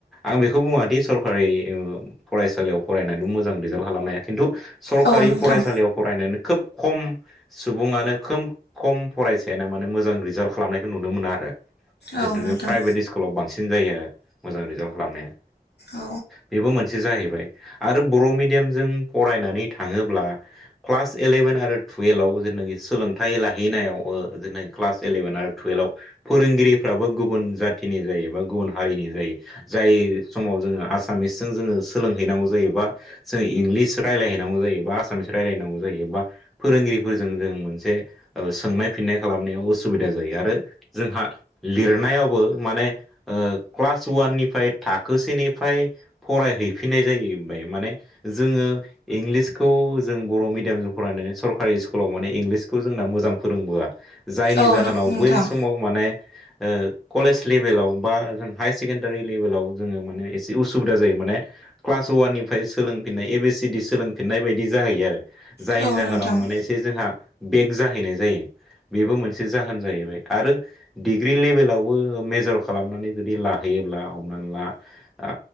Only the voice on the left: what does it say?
औ नोंथां
औ नोंथां
औ
औ
नोंथां
औ
नोंथां